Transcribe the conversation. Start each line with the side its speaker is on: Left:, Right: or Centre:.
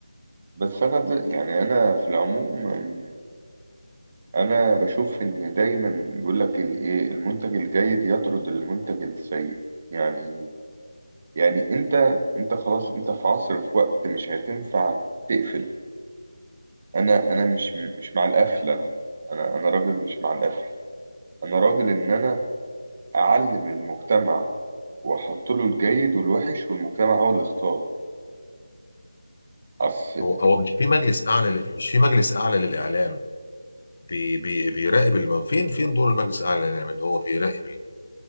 Right: بس انا د... يعني انا في العموم أم، انا بشوف ان دايما بيقول لك الايه المنتج الجيد يطرد المنتج السيء يعني يعني انت انت خلاص انت في عصر في وقت مش هتنفع تقفل انا انا مش مش مع القفل انا انا انا راجل مش مع القفل انا راجل ان انا اعلم المجتمع واحط له الجيد والوحش والمجتمع هو اللي اختار اصل
Left: هو هو مش في مجلس اعلى ل- مش في مجلس اعلى للاعلام بي بي بيراقب الم... فين فين دور المجلس الاعلى للاعلام اللي هو بيراقب ال...